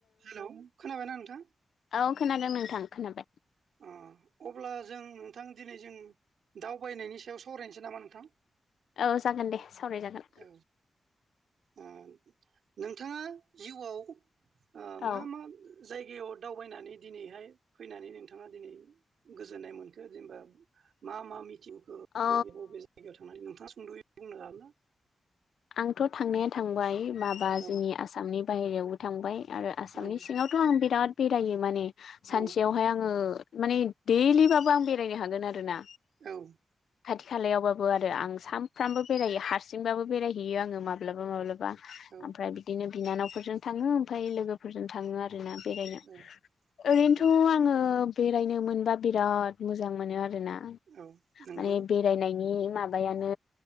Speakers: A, on the right (about 85°); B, on the left (about 90°).
A: हेलौ खोनाबायना नोंथां?
B: औ खोनादों नोंथां खोनाबाय।
A: ओ अब्ला जों नोंथां दिनै जों दावबायनायनि सायाव सावरायनोसै नामा नोंथां?
B: औ जागोन दे। सावरायजागोन।
A: औ ओ नोंथाङा जिउआव ओ
B: औ
A: मा मा जायगायाव दावबायनानै दिनैहाय फैनानै नोंथाङा दिनै गोजोननाय मोनखो जेनेबा मा मा मिथि ओ
B: अ
A: बबे बबे जायगायाव थांनानै नोंथाङा स सुंदयै बुंनो हागोन ना?
B: आंथ थांनाया थांबाय माबा
A: औ
B: जोंनि आसामनि बाहेरायावबो थांबाय आरो आसामनि
A: औ
B: सिङावथ आं बिराद बेरायो माने सानसेयावहाय
A: औ
B: आङो माने देल्लिबाबो आं बेरायनो हागोन आरो ना
A: औ ।
B: खाथि खालायावबाबो । आरो आं सामफ्राबो बेरायो हारसिंबाबो बेरायो हैयो आङो माब माब्लाबा माब्लाबा
A: औ
B: ओमफ्राय बिदिनो बिनानावफोरजों थाङो ओमफ्राय लोगोफोरजों थाङो आरो आरोना बेरायनो
A: औ
B: ओरैनोथ
A: औ
B: आङो बेरायनो मोनबा बिराद मोजां मोनो आरो आरोना
A: औ नंगौ
B: माने बेरायनायनि मबायानो